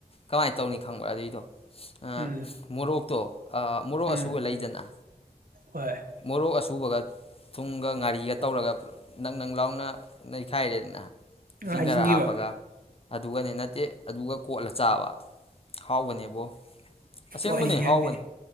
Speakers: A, on the left (about 40°); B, on the right (about 65°).
A: ꯀꯃꯥꯏꯅ ꯇꯧꯅꯤ ꯈꯪꯕ ꯑꯗꯨꯏꯗꯣ ꯑ
B: ꯎꯝ
A: ꯃꯣꯔꯣꯛꯇꯣ ꯃꯣꯔꯣꯛ
B: ꯎꯝ
A: ꯑꯁꯨꯕ ꯂꯩꯗꯅ
B: ꯍꯣꯏ
A: ꯃꯣꯔꯣꯛ ꯑꯁꯨꯕꯒ ꯊꯨꯝꯒ ꯉꯥꯔꯤꯒ ꯇꯧꯔꯒ ꯅꯪ ꯅꯪ ꯂꯥꯎꯅ ꯅꯩꯈꯥꯏꯔꯦꯗꯅ ꯏꯁꯤꯡ
B: ꯑ ꯍꯥꯏꯖꯤꯅꯒꯤꯕ
A: ꯈꯔ ꯍꯥꯞꯄꯒ ꯑꯗꯨꯒꯅꯤ ꯅꯠꯇꯦ ꯑꯗꯨꯒ ꯀꯣꯠꯂ ꯆꯥꯕ ꯍꯥꯎꯕꯅꯦꯕꯣ ꯑꯁꯦꯡꯕꯅꯦ
B: ꯋꯥꯔꯤ ꯌꯥꯡꯗꯦ
A: ꯍꯥꯎꯕꯅꯤ